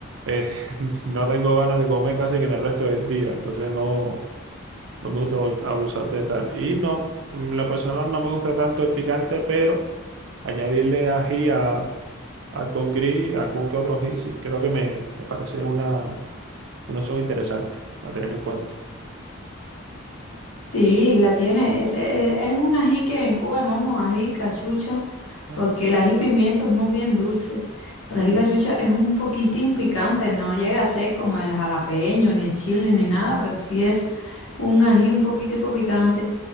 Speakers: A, on the right; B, on the left.
A: eh, <laughs> no tengo ganas de comer casi que en el resto del día. Entonces no. No me gusta abus- abusar de tal. Y no, en lo personal no me gusta tanto el picante, pero añadirle ají a, a con gris, algún que otro ají, sí, creo que me, me parece una, una opción interesante a tener en cuenta.
B: Sí, la tiene. Ese, eh, es un ají que en Cuba llamamos ají cachucha,
A: Ah,
B: porque el ají pimiento es más bien dulce, pero el ají cachucha es un poquitín picante, no llega a ser como el jalapeño, ni el chile, ni nada, pero sí es un ají un poquitico picante